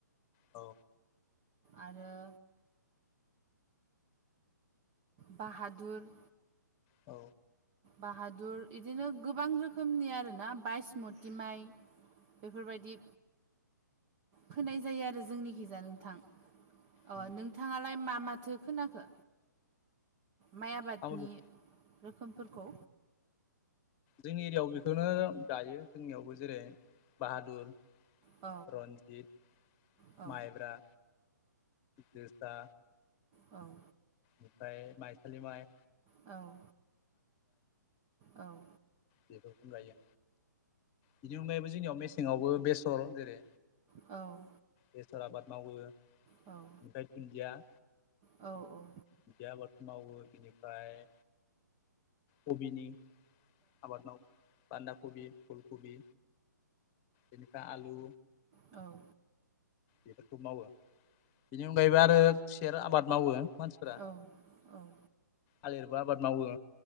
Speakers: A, on the left; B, on the right.
A: औ
B: आरो बाहादुर
A: औ
B: बाहादुर इदिनो गोबां रोखोमनि आरोना बायसमुथि माइ। बेफोरबायदि फोनाय जायो आरो जोंनि गिजा नोंथां। अ
A: उम
B: नोंथाङालाय मा माथो खोनाखो? माइ आबादनि
A: आं
B: रोखोमफोरखौ।
A: जोंनि एरियायाव बेखौनो गायो जोंनियावबो जेरै बाहादुर।
B: औ
A: रन्जित
B: औ
A: माइब्रा जोसा।
B: औ
A: ओमफ्राय माइसालि माइ।
B: औ औ
A: बेफोरखौ गायो बिनि अनगायैबो जोंनियाव मेसेंआवबो बेसर जेरै
B: औ
A: बेसर आबाद मावो।
B: औ
A: ओमफ्राय धुन्दिया।
B: औ औ
A: बिदि आबादखौ मावो बिनिफ्राय कबिनि आबाद मावो बान्दा कबि फुल कबि बिनिफ्राय आलु
B: औ
A: बेफोरखौ मावो बेनि अनगायैबो आरो खुसेर आबाद मावो मानसि
B: औ औ
A: थालिरबो आबाद मावो।